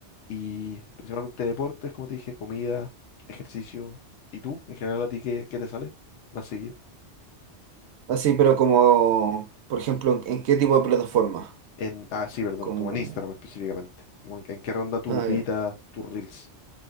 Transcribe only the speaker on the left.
y principalmente deportes, como te dije, comida, ejercicio y tú, en general a ti, ¿qué, qué te sale más seguido?
En, ah, sí, perdón,
como en Instagram específicamente. Como en, en qué ronda tu
Lupita,
tus Reels.